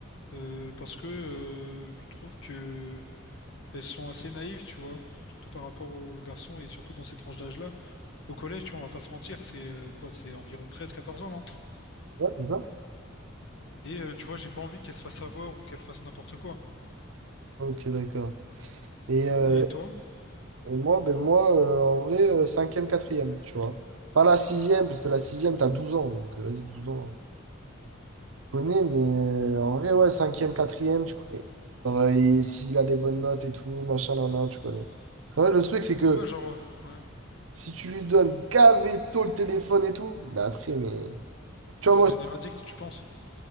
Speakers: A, on the left; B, on the right.
A: Euh, parce que euh, je trouve que elles sont assez naïves, tu vois, surtout par rapport aux garçons et surtout dans ces tranches d'âge-là. Au collège, tu vois, on va pas se mentir, c'est euh, quoi, c'est environ treize, quatorze ans, non?
B: Ouais, c'est ça.
A: Et euh, tu vois, j'ai pas envie qu'elle se fasse avoir ou qu'elle fasse n'importe quoi.
B: Ok, d'accord. Et euh,
A: Et toi?
B: Et moi, ben moi euh, en vrai, euh, cinquième, quatrième, tu vois. Pas la sixième, parce que la sixième, t'as 12 ans, donc euh, vas-y, 12 ans. hein. Tu connais, mais euh, en vrai, ouais, cinquième, quatrième, tu connais. Genre, euh, et s'il a des bonnes notes et tout, machin, nan, nan, tu connais. En vrai, le truc, c'est que
A: Ouais, genre, euh, ouais.
B: si tu lui donnes gavé tôt le téléphone et tout, mais après, mais... Tu
A: Il
B: vois,
A: va
B: moi,
A: devenir addict, tu penses?